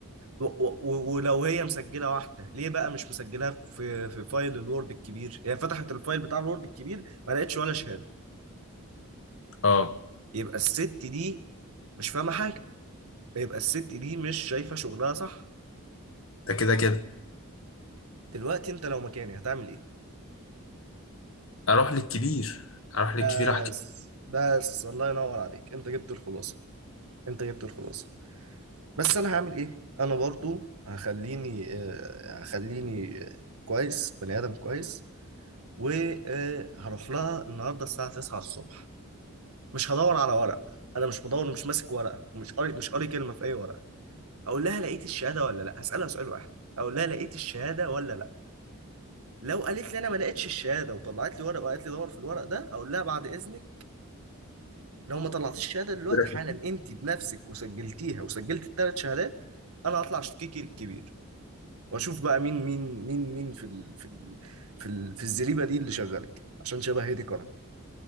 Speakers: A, on the right; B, on the left.
A: و- و- و- ولو هي مسجلة واحدة ليه بقى مش مسجلاها في في فايل الوورد الكبير هي فتحت الفايل بتاع الوورد الكبير ما لقتش ولا شهادة
B: اه
A: يبقى الست دي مش فاهمة حاجة يبقى الست دي مش شايفة شغلها صح
B: ده كده كده
A: دلوقتي انت لو مكاني هتعمل ايه
B: اروح للكبير اروح للكبير
A: بس
B: احكي
A: بس الله ينور عليك انت جبت الخلاصه انت جبت الخلاصه بس انا هعمل ايه انا برضو هخليني آه، هخليني آه، كويس بني ادم كويس وهروح لها النهارده الساعه 9 الصبح مش هدور على ورق انا مش بدور مش ماسك ورقه ومش قاري مش قاري كلمه في اي ورقه هقول لها لقيت الشهاده ولا لا هسالها سؤال واحد اقول لها لقيت الشهاده ولا لا لو قالت لي انا ما لقيتش الشهاده وطلعت لي ورق وقالت لي دور في الورق ده اقول لها بعد اذنك لو ما طلعتيش الشهاده دلوقتي
B: له.
A: حالا
B: كده.
A: انت بنفسك وسجلتيها وسجلت الثلاث شهادات انا هطلع اشتكيكي الكبير واشوف بقى مين مين مين مين في ال في ال في, ال في الزريبه دي اللي شغالك عشان شبه هادي كرم